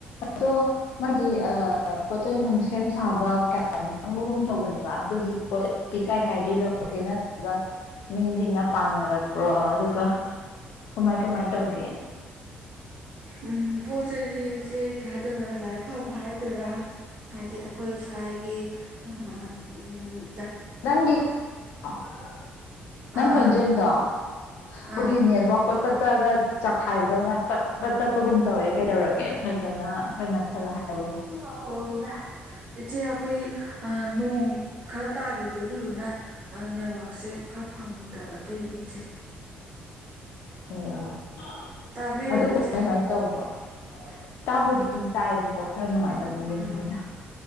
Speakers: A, on the left; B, on the right.
A: ꯑꯗꯣ ꯅꯣꯏꯗꯤ ꯑꯥ ꯄꯣꯠꯆꯩ ꯅꯨꯡ ꯁꯦꯝ ꯁꯥꯕ ꯀꯩꯀ ꯌꯥꯝ ꯆꯪꯕꯒꯨꯝ ꯇꯧꯕꯅꯦꯕ ꯑꯗꯨꯒꯤ ꯄꯣꯠ <unintelligible> ꯀꯥꯏ
B: ꯑ
A: ꯀꯥꯏꯗꯩ ꯂꯧꯒꯦ ꯅꯠꯇ꯭ꯔꯒ ꯃꯤꯖꯤꯡꯅ ꯄꯥꯡꯅꯔꯛꯄ꯭ꯔꯣ ꯑꯗꯨꯒ ꯀꯃꯥꯏ ꯀꯃꯥꯏ ꯇꯧꯒꯦ
B: ꯎꯝ ꯄꯣꯠ ꯆꯩꯖꯦ ꯏꯆꯦ ꯀꯩ ꯍꯥꯏꯗꯧꯔ ꯂꯥꯏꯕꯛ ꯐꯕ ꯍꯥꯏꯗꯣꯏꯔꯥ ꯍꯥꯏꯗꯤ ꯑꯈꯣꯏ ꯁ꯭ꯋꯥꯏꯒꯤ ꯑꯥ ꯎꯝ
A: ꯅꯪꯒꯤ <unintelligible> ꯅꯪ
B: ꯑꯥ
A: ꯈꯣꯟꯖꯦꯟꯗꯣ ꯈꯣꯏꯒꯤ
B: ꯑꯥꯎ
A: ꯅꯦꯠꯋꯥꯛ ꯄꯠ ꯄꯠ ꯇꯑꯒꯠ ꯆꯛꯈꯥꯏꯕꯗꯧꯅ ꯄꯠ ꯄꯠ ꯇꯠꯄꯒꯨꯝ ꯇꯧꯋꯦ ꯀꯩꯗꯧꯔꯒꯦ ꯐꯖꯅ ꯈꯔ ꯅꯛꯁꯜꯂ ꯍꯥꯏ ꯎꯅꯦ
B: ꯑꯣ ꯏꯆꯦ ꯑꯈꯣꯏ ꯑꯥ ꯅꯣꯡ ꯈꯔ ꯇꯥꯒꯤꯕꯗꯣ ꯑꯗꯨꯗꯨꯅ ꯑꯥ ꯅꯦꯋꯥꯛꯁꯦ ꯈꯔ ꯐꯪꯗꯕ ꯑꯗꯨꯒꯤꯟ ꯏꯆꯦ
A: ꯑꯣ ꯑꯣ
B: ꯇꯥꯕꯤꯔꯕ
A: ꯑꯗꯨ <unintelligible> ꯀꯃꯥꯏ
B: ꯏꯆꯦ
A: ꯇꯧꯕ ꯇꯥꯕꯨꯗꯤ <unintelligible> ꯇꯥꯏꯑꯕꯀꯣ ꯈꯔ ꯅꯨꯉꯥꯏꯇꯕꯒꯤꯅꯤꯗ
B: ꯑꯥ